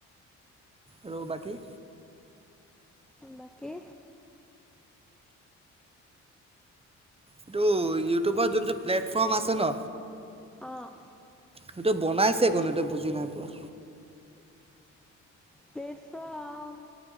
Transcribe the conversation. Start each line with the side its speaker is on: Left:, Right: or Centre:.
Right: আৰু বাকী?
Centre: বাকী
Right: এইটো ইউটিউবত যোনটো প্লেটফৰ্ম আছে ন
Centre: অ'
Right: সেইটো বনাই। তাকেইতো বুজি নাইপোৱা।
Centre: প্লেটফৰ্ম।